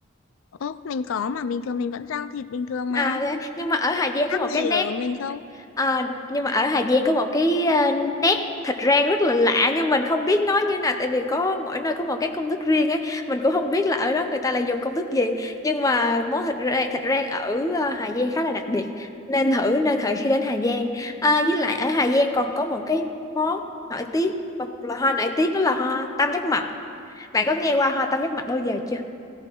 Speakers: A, on the left; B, on the left.
A: ơ mình có mà bình thường mình vẫn rang thịt bình thường mà
B: À, thế, nhưng mà ở Hà Giang
A: khác
B: có một
A: gì
B: cái nét
A: ở mình không
B: Ờ, nhưng mà ở Hà Giang có một cái ờ, nét thịt rang rất là lạ nhưng mình không biết nói như nào tại vì có mỗi nơi có một cái công thức riêng ấy mình cũng không biết là ở đó người ta lại dùng công thức gì nhưng mà món thịt rang thịt rang ở ờ, Hà Giang khá là đặc biệt nên thử nên thử khi đến Hà Giang à, với lại ở Hà Giang còn có một cái món nổi tiếng một loại hoa nổi tiếng đó là hoa tam giác mạch bạn có nghe qua hoa tam giác mạch bao giờ chưa